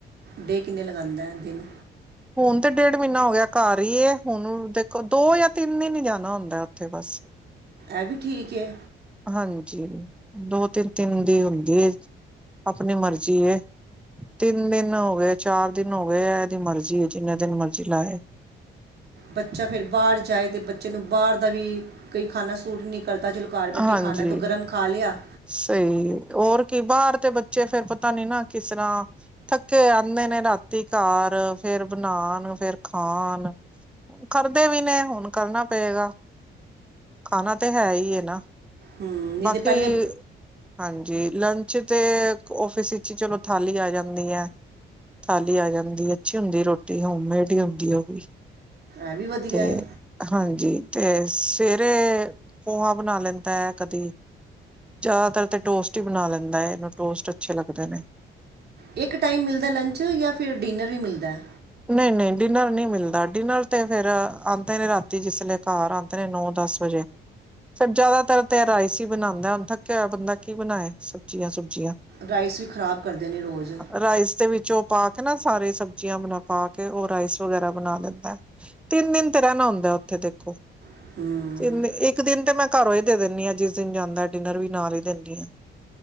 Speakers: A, on the right; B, in the centre.
A: ਡੇ ਕਿੰਨੇ ਲਗਾਉਂਦਾ ਦਿਨ
B: ਹੁਣ ਤੇ ਡੇਢ ਮਹੀਨਾ ਹੋ ਗਿਆ ਘਰ ਈ ਹੈ, ਹੁਣ ਦੇਖੋ ਦੋ ਜਾਂ ਤਿੰਨ ਦਿਨ ਹੀ ਜਾਣਾ ਹੁੰਦਾ ਉੱਥੇ ਬਸ
A: ਇਹ ਵੀ ਠੀਕ ਐ
B: ਹਾਂਜੀ ਦੋ ਤਿੰਨ ਤਿੰਨ ਦੀ ਹੁੰਦੀ ਹੈ ਆਪਣੀ ਮਰਜ਼ੀ ਐ ਤਿੰਨ ਦਿਨ ਹੋ ਗਏ, ਚਾਰ ਦਿਨ ਹੋ ਗਏ ਇਹਦੀ ਮਰਜ਼ੀ ਜਿੰਨੇ ਦਿਨ ਮਰਜੀ ਲਾਏ।
A: ਬੱਚਾ ਫਿਰ ਬਾਹਰ ਜਾਏ ਤੇ ਬੱਚੇ ਨੂੰ ਬਾਹਰ ਦਾ ਵੀ ਕਈ ਖਾਨਾ ਸੂਟ ਨਹੀਂ ਕਰਦਾ ਚਲੋ ਕਾਰ ਬੈਠੇ
B: ਹਾਂਜੀ
A: ਖਾਣਾ ਤਾਂ ਗਰਮ ਖਾ ਲਿਆ
B: ਸਹੀ ਏ, ਹੋਰ ਕੀ ਬਾਹਰ ਤੇ ਬੱਚੇ ਫੇਰ ਪਤਾ ਨੀ ਨਾ ਕਿਸ ਤਰ੍ਹਾਂ ਥੱਕੇ ਆਉਂਦੇ ਨੇ ਰਾਤੀ ਘਰ ਫੇਰ ਬਣਾਉਣ ਫੇਰ ਖਾਣ ਕਰਦੇ ਵੀ ਨੇ ਹੁਣ ਕਰਨਾ ਪਏਗਾ ਖਾਣਾ ਤੇ ਹੈ ਹੀ ਨਾ
A: ਹੂੰ ਨਹੀਂ
B: ਬਾਕੀ
A: ਤੇ ਪਹਿਲੇ
B: ਹਾਂਜੀ ਲੰਚ ਤੇ ਆਫ਼ਿਸ ਵਿੱਚ ਹੀ ਚਲੋ ਥਾਲੀ ਆ ਜਾਂਦੀ ਹੈ ਥਾਲੀ ਆ ਜਾਂਦੀ ਏ, ਅੱਛੀ ਹੁੰਦੀ ਰੋਟੀ ਹੋਮਮੇਡ ਹੀ ਹੁੰਦੀ ਉਹ ਵੀ
A: ਐ ਵੀ ਵਧੀਆ
B: ਤੇ
A: ਹੈ
B: ਹਾਂਜੀ ਤੇ ਸਵੇਰੇ ਪੋਹਾ ਬਣਾ ਲੈਂਦਾ ਹੈ ਕਦੀ ਜ਼ਿਆਦਾਤਰ ਤੇ ਟੋਸਟ ਹੀ ਬਣਾ ਲੈਂਦਾ ਹੈ ਇਹਨੂੰ ਟੋਸਟ ਅੱਛੇ ਲੱਗਦੇ ਨੇ
A: ਇੱਕ ਟਾਈਮ ਮਿਲਦਾ ਲੰਚ ਜਾਂ ਫਿਰ ਡਿਨਰ ਵੀ ਮਿਲਦਾ।
B: ਨਹੀਂ ਨਹੀਂ ਡਿਨਰ ਨਹੀਂ ਮਿਲਦਾ, ਡਿਨਰ ਤੇ ਫੇਰ ਆਉਂਦੇ ਨੇ ਰਾਤੀ ਜਿਸ ਲੇ। ਘਰ ਆਉਂਦੇ ਨੇ ਨੌ ਦਸ ਵਜੇ। ਫਿਰ ਜ਼ਿਆਦਾਤਰ ਤੇ ਰਾਈਸ ਹੀ ਬਣਾਉਂਦਾ, ਹੁਣ ਥਕਿਆ ਹੋਇਆ ਬੰਦਾ ਕੀ ਬਣਾਏ ਸਬਜ਼ੀਆਂ ਸੁਬਜੀਆਂ?
A: ਰਾਈਸ ਵੀ ਖਰਾਬ ਕਰਦੇ ਨੇ ਰੋਜ਼
B: ਰਾਈਸ ਦੇ ਵਿੱਚ ਉਹ ਪਾ ਕੇ ਨਾ ਸਾਰੇ ਸਬਜ਼ੀਆਂ ਬਣਾ ਪਾ ਕੇ ਉਹ ਰਾਈਸ ਵਗੈਰਾ ਬਣਾ ਲੈਂਦਾ, ਤਿੰਨ ਦਿਨ ਤੇ ਰਹਿਣਾ ਹੁੰਦਾ ਉੱਥੇ ਦੇਖੋ
A: ਹੂੰ
B: ਤਿਨ, ਇੱਕ ਦਿਨ ਤੇ ਮੈਂ ਘਰੋਂ ਹੀ ਦੇ ਦਿੰਦੀ ਹਾਂ, ਜਿਸ ਦਿਨ ਜਾਂਦਾ, ਡਿਨਰ ਵੀ ਨਾਲ ਹੀ ਦਿੰਦੀ ਆ।